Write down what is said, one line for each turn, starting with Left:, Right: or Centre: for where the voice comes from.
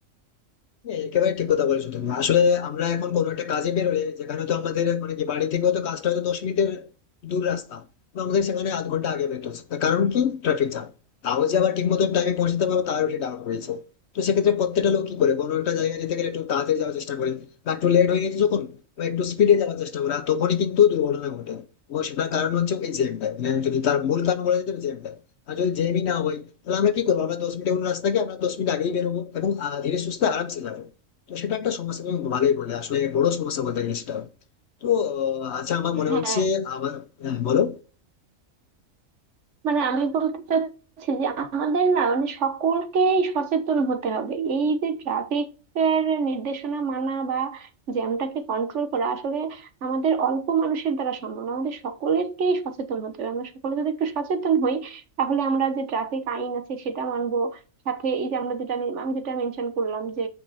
Left: হ্যাঁ, একেবারে ঠিক কথা বলেছো তুমি আসলে আমরা এখন কোনো একটা কাজে বেরোলে যেখানে তো আমাদের মানে কি বাড়ি থেকে তো কাজটা হয়তো দশ মিনিটের দূর রাস্তা তো আমাদের সেখানে আধ ঘন্টা আগে বেরোতে হচ্ছে তার কারণ কি ট্রাফিক জ্যাম তাও যে আবার ঠিক মতো টাইমে পৌঁছতে পারবো তারও একটা ডাউট রয়েছে তো সেক্ষেত্রে প্রত্যেকটা লোক কি করে কোনো একটা জায়গায় যেতে গেলে একটু তাড়াতাড়ি যাওয়ার চেষ্টা করে বা একটু লেট হয়ে গেছে যখন বা একটু স্পিডে যাওয়ার চেষ্টা করে আর তখনই কিন্তু দুর্ঘটনা ঘটে এবং সেটার কারণ হচ্ছে এই জ্যামটা মানে যদি তার মূল কারণ বলা যেতে জ্যামটা আর যদি জ্যামই না হয় তাহলে আমরা কি করবো আমরা দশ মিনিট এখন রাস্তাকে আমরা দশ মিনিট আগেই বেরোবো এবং আহ, ধীরে সুস্থে আরামসে যাবো তো সেটা একটা সমস্যা তুমি ভালোই বললে আসলে বড় সমস্যা বলতে গেলে সেটা তো আহ, আচ্ছা আমার মনে
Right: হ্যাঁ
Left: হচ্ছে আমার হ্যাঁ, বলো
Right: মানে আমি বলতে চাচ্ছি যে আমাদের না মানে সকলকেই সচেতন হতে হবে এই যে ট্রাফিক এর নির্দেশনা মানা বা জ্যামটাকে কন্ট্রোল করা আসলে আমাদের অল্প মানুষের দ্বারা সম্ভব না আমাদের সকলেরকেই সচেতন হতে হবে আমরা সকলে যদি একটু সচেতন হই তাহলে আমরা যে ট্রাফিক আইন আছে সেটা মানবো সাথে এই যে আমরা যেটা আমি আমি যেটা মেনশন করলাম যে